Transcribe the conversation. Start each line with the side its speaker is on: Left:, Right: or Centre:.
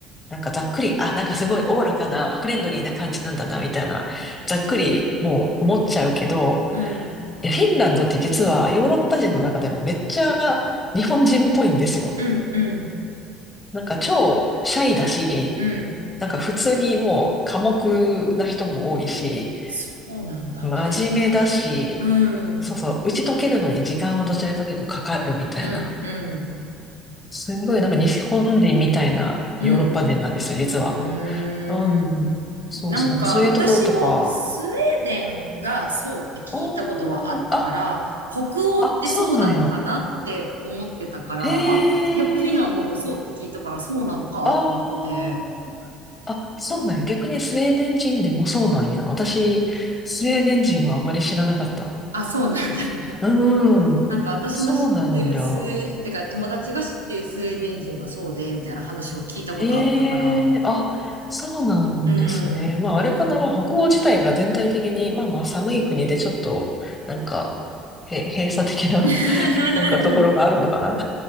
Left: う、なんかざっくり、あ、なんかすごいおおらかな、フレンドリーな感じなんだな、みたいな、ざっくりもう思っちゃうけど、
Right: うん
Left: いや、フィンランドって実はヨーロッパ人の中でもめっちゃ日本人っぽいんですよ。
Right: うんうん。
Left: なんか超シャイだし、
Right: うん、
Left: なんか普通にもう寡黙な人も多いし、
Right: そうなんだね。
Left: 真面目だし、
Right: うん、
Left: そうそう、打ち解けるのに時間はどちらかというとかかるみたいな。
Right: うん、うん、
Left: すんごいなんか日本人みたいなヨーロッパ人なんですよ、
Right: うん、
Left: 実は。
Right: うーん。
Left: うん、そうそう、
Right: なんか、
Left: なんかそういうところとか、
Right: 私もスウェーデンがそうって聞いたことはあったから、
Left: おー、あ、
Right: 北欧ってそうなのかなって思ってたから、
Left: そうなんや。へ
Right: あ、やっぱフィンランドもそうって聞いたから、
Left: え、
Right: そうなのかと思って、
Left: あー、あ、そうなんや。逆にスウェーデン人でもそうなんや。私、スウェーデン人はあまり知らなかった。
Right: あ、そうなんだね。
Left: うーん、
Right: なんか私の知ってるスウェー、
Left: そうなんだ。
Right: てか友達が知ってるスウェーデン人はそうで、みたいな話を聞いたことあったから。
Left: ええあ、そうなんですね。
Right: うん、
Left: まあ、
Right: うん。
Left: あれかな、まあ、北欧自体が全体的に、まあまあ、寒い国でちょっと、なんか、へ、閉鎖的な、
Right: <laughs>
Left: <laughs> なんかところがあるのかな。